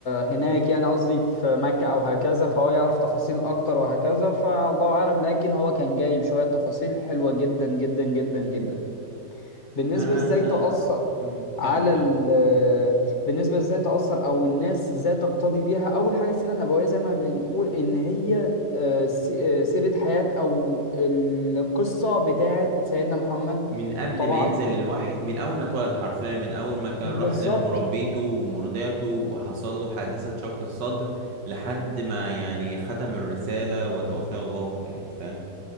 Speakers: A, on the left; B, on the right.
A: هناك يعني قصدي في مكة أو هكذا فهو يعرف تفاصيل أكتر وهكذا فالله أعلم لكن هو كان جايب شوية تفاصيل حلوة جدا جدا جدا جدا بالنسبة
B: انا
A: إزاي تأثر
B: امم
A: على
B: كمل كمل
A: ال بالنسبة ازاي تأثر أو الناس ازاي تقتدي بيها أول حاجة السيرة النبوية زي ما بنقول إن هي آه، سي- آه، سيرة حياة أو القصة بتاعة سيدنا محمد
B: من قبل
A: طبعا
B: ما ينزل الوحي من اول ما اتولد حرفيا من اول ما كان
A: بالظبط
B: راح لمربيته ومرضعته وحصل له حادثة شق الصدر لحد ما يعني ختم الرسالة وتوفاه الله يعني فاهم